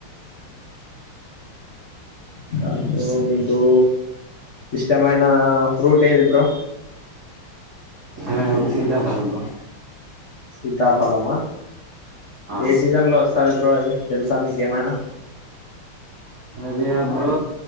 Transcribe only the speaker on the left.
కాద్ బ్రో నిక్ డూ ఇష్టమైన ఫ్రూట్ ఏది బ్రో?
సీతాఫలమా,
ఏ సీజన్ లో వస్తది బ్రో అది? తెలుసా మీకేమైనా?